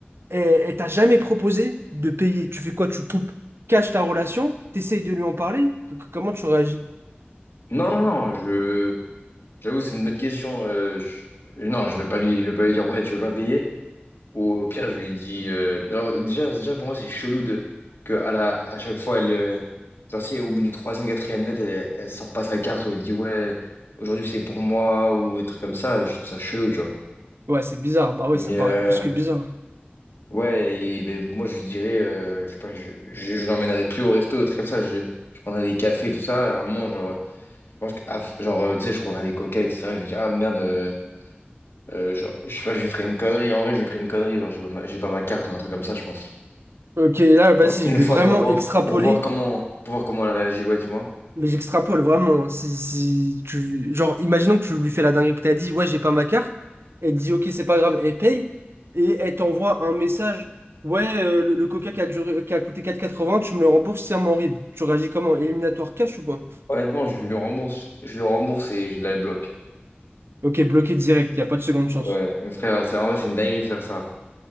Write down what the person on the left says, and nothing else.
Non, non, non, je. J'avoue, c'est une bonne question. euh, je- euh, Non, je vais pas lui, je vais pas lui dire ouais, tu veux pas payer. Ou au pire, je lui dis. euh, non, déjà, déjà, pour moi, c'est chelou de que à la, à chaque fois, elle, euh, genre, si au bout du troisième, quatrième net, elle, elle sort pas sa carte ou elle dit ouais, aujourd'hui c'est pour moi ou des trucs comme ça. Je trouve ça chelou, tu vois.
Mais
euh,
ouais, et, ben, moi, je lui dirais, euh, je sais pas, je, je, je l'emmènerais plus au resto, des trucs comme ça. Je, je prendrais des cafés, tout ça. Et à un moment, genre, je pense que, ah, genre, tu sais, je prendrais des coca et tout ça. Je lui dis ah merde. euh, Euh, genre, je sais pas, j'ai pris une connerie. En vrai, j'ai pris une connerie. Genre, j'ai pas ma, j'ai pas ma carte ou un truc comme ça, je pense.
Genre, une
fois
pour voir,
pour voir comment, pour voir comment elle réagit. Ouais, dis-moi.
Honnêtement, je lui rembourse, je lui rembourse et je la bloque.
Ouais, mais frère, c'est, en vrai, c'est une dinguerie de faire ça.